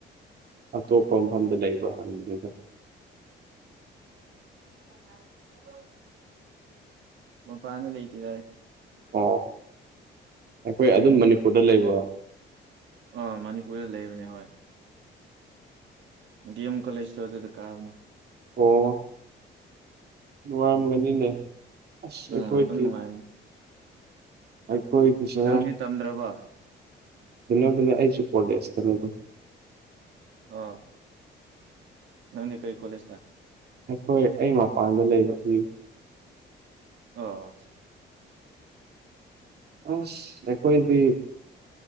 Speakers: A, on the right; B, on the right.
A: ꯑꯇꯣꯞꯄ ꯃꯐꯝꯗ ꯂꯩꯕ꯭ꯔ ꯍꯟꯒꯦ ꯇꯧ꯫
B: ꯏꯒ ꯀꯥꯏꯗꯤ ꯆꯒꯣ꯫ ꯃꯄꯥꯟꯗ ꯂꯩꯇꯦ ꯍꯥꯏ꯫
A: ꯑꯣ ꯑꯩꯈꯣꯏ ꯑꯗꯨꯝ ꯃꯅꯤꯄꯨꯔꯗ ꯂꯩꯕ꯫
B: ꯑ ꯃꯅꯤꯄꯨꯔꯔꯤꯗ ꯂꯩꯕꯅꯤ ꯍꯣꯏ꯫ ꯗꯦꯝ ꯀꯣꯂꯦꯖ ꯇ ꯑꯗꯨ ꯑꯗꯨ ꯀꯥꯕꯅꯦ꯫
A: ꯑꯣ꯫ ꯋꯥꯔꯝꯒꯅꯤꯅꯦ ꯑꯁ ꯑꯩꯈꯣꯏꯗꯤ꯫
B: ꯎꯝ ꯑꯗꯨꯝ ꯅꯨꯡꯉꯥꯏꯕꯅꯤ
A: ꯑꯩꯈꯣꯏꯒꯤꯁꯦ
B: ꯅꯪꯗꯤ ꯇꯝꯗ꯭ꯔꯕ
A: ꯀꯩꯅꯣꯗꯅꯤ ꯑꯩꯁꯨ ꯀꯣꯂꯦꯖ ꯀꯩꯅꯣꯗꯅꯤ꯫
B: ꯑ꯫ ꯅꯪꯗꯤ ꯀꯩ ꯀꯣꯂꯦꯁꯇ꯫
A: ꯑꯩꯈꯣꯏ ꯑꯩ ꯃꯄꯥꯟꯗ ꯂꯩꯕ ꯑꯗꯨꯒꯤ꯫
B: ꯑꯣ꯫
A: ꯑꯁ ꯑꯩꯈꯣꯏꯗꯤ꯫